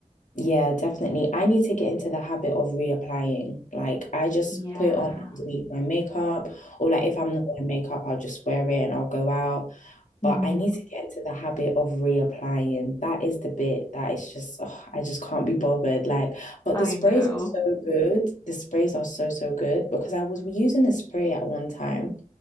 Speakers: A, on the left; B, on the left.
A: Yeah, definitely. I need to get into the habit of reapplying. Like, I just
B: Yeah.
A: put it on underneath
B: <laughs>
A: my makeup, or like if I'm not wearing makeup, I'll just wear it and I'll go out. But
B: Mm.
A: I need to get into the habit of reapplying. That is the bit that is just, ugh, I just can't be bothered. Like, but
B: I
A: the sprays
B: know.
A: are so good. The sprays are so, so good because I was using a spray at one time.